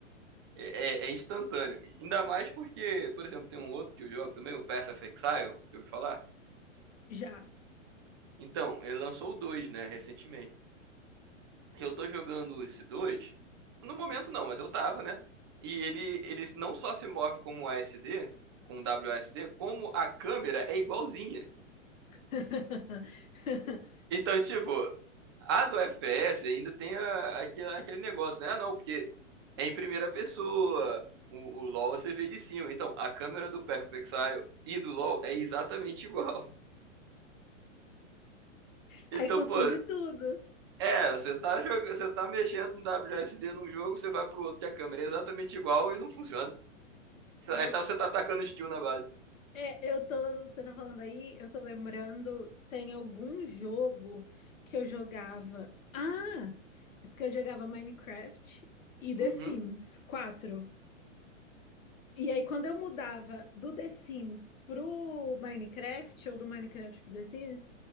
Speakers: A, on the right; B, on the left.
A: é, é é instantâneo. Ainda mais porque, por exemplo, tem um outro que eu jogo também, o Path of Exile, eu ouvi falar.
B: Já.
A: Então, ele lançou o 2, né, recentemente. E Eu tô jogando esse 2 No momento não, mas eu tava, né? E ele, ele não só se move como ASD, com WASD, como a câmera é igualzinha.
B: <laughs>
A: Então, tipo, a do FPS ainda tem a- aque- aquele negócio, né? Ah, não, porque é em primeira pessoa. O, o LoL você vê de cima. Então, a câmera do Path of Exile e do LoL é exatamente igual. <laughs>
B: Aí
A: Então,
B: confunde
A: pô,
B: tudo.
A: é, você tá jogando, você tá mexendo no WSD num jogo, você vai pro outro que a câmera é exatamente igual e não funciona.
B: Eu,
A: Então você tá atacando estilo na base.
B: É, eu tô, você tá falando aí, eu tô lembrando, tem algum jogo que eu jogava. Ah, é porque eu jogava Minecraft e The
A: Uhum.
B: Sims 4. E aí quando eu mudava do The Sims pro Minecraft ou do Minecraft pro The Sims,